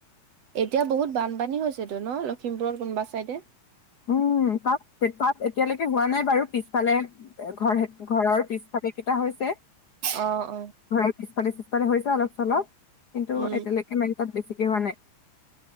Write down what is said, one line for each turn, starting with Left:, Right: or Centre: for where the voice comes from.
Right: এতিয়া বহুত বানপানী হৈছেটো ন' লখিমপুৰৰ কোনোবা চাইডে।
Left: উম তাত, তাত এতিয়ালৈকে হোৱা নাই বাৰু পিছফালে ঘৰ, ঘৰৰ পিছফালে কেইটা হৈছে।
Right: অঁ, অঁ
Left: ঘৰৰ পিছফালে -চিছফালে হৈছে অলপ -চলপ কিন্তু
Right: উম
Left: এতিয়ালৈকে মেইন তাত বেছিকে হোৱা নাই।